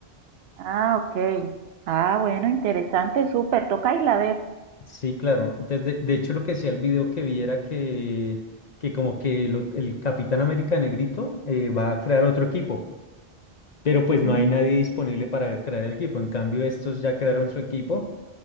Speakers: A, on the right; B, on the left.
A: Ah, ok. Ah, bueno, interesante, súper. Toca irla a ver.
B: Sí, claro. Desde, de hecho, lo que decía el video que vi era que, que como que lo- el Capitán América Negrito eh, va a crear otro equipo, pero pues no
A: Mm.
B: hay nadie disponible para crear el equipo. En cambio, estos ya crearon su equipo